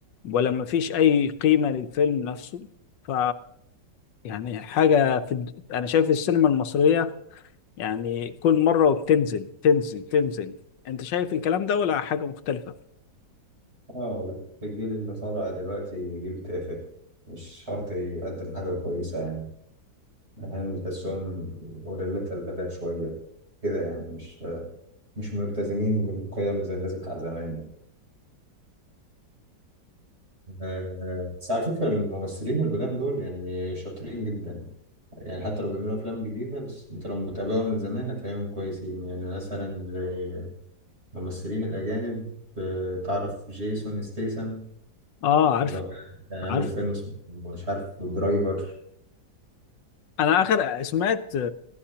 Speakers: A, on the left; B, on the right.
A: ولا مفيش أي قيمة للفيلم نفسه ف يعني حاجة في الد... أنا شايف السينما المصرية يعني كل مرة وبتنزل تنزل تنزل أنت شايف الكلام ده ولا حاجة مختلفة؟
B: اه الجيل اللي طالع دلوقتي جيل تافه مش شرط يقدم حاجة كويسة يعني أحيانا بتحسهم قليلة الأدب شوية كده يعني مش مش ملتزمين بالقيم زي الناس بتاع زمان يعني آه، بس على فكرة الممثلين القدام دول يعني شاطرين جدا يعني حتى لو بيعملوا أفلام جديدة بس أنت لو متابعهم من زمان هتلاقيهم كويسين يعني مثلا زي الممثلين الأجانب آه، تعرف جيسون ستيسم
A: اه عارفه
B: اللي هو كان عامل
A: عارفه
B: فيلم اسمه مش عارف درايفر
A: أنا آخر سمعت